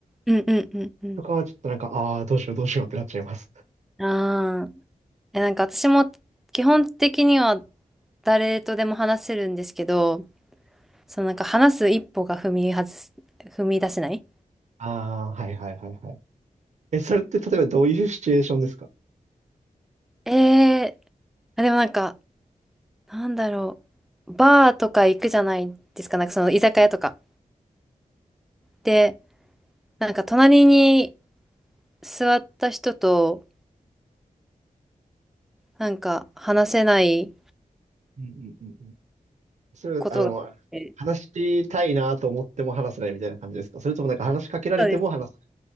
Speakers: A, in the centre; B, on the right.
A: うんうんうんうん。
B: とかは、ちょっとなんか、ああ、どうしようどうしようってなっちゃいます。
A: ああ。え、なんか私も基本的には誰とでも話せるんですけど、そのなんか話す一歩が踏み外す、踏み出せない
B: ああ、はいはいはいはい。え、それって例えばどういうシチュエーションですか
A: ええー、あ、でもなんか、なんだろう、バーとか行くじゃないですか、なんかその居酒屋とか。で、なんか隣に座った人と、なんか話せない
B: うんうんうんうん。それは、
A: ことがあって、
B: あの、話したいなと思っても話せないみたいな感じですかそれともなんか話しかけられても話せ
A: そうです。